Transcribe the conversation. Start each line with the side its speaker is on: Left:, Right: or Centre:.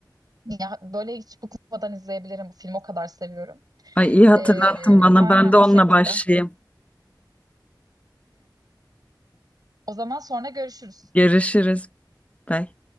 Right: Ya, böyle hiç bıkmadan izleyebilirim bu filmi o kadar seviyorum.
Left: Ay iyi hatırlattın
Right: Ee,
Left: bana
Right: aynen
Left: ben de onunla
Right: o şekilde.
Left: başlayayım.
Right: O zaman sonra görüşürüz.
Left: Görüşürüz. Bye.